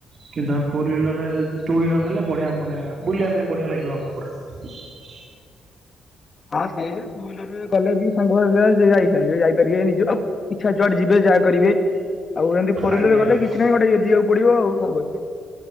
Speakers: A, on the right; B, on the left.
A: କିନ୍ତୁ ଫୋର୍ ହ୍ୱିଲର ହେଲେ ଟୁ ହ୍ୱିଲର ହେଲେ ବଢିଆ ମାନେ ବୁଲିବା ପାଇଁ ବଢିଆ ଲାଗ ବ। <unintelligible>
B: ହଁ ସେଇ ଟୁ ହ୍ୱିଲର ରେ ଗଲେ ବି ସାଙ୍ଗ ଯାଇପାରିବେ ଯାଇପାରିବେ ନିଜ ଇଛା ଯୁଆଡେ ଯିବେ ଯାହା କରିବେ ଆଉ ଏମତି ଫୋରହ୍ୱିଲର
A: ଆଜ୍ଞା ଆଜ୍ଞା
B: ଗଲେ କିଛି ନାହିଁ, ଗୋଟେ ଏ ଯିବାକୁ ପଡିବ ଆଉ କଣ କ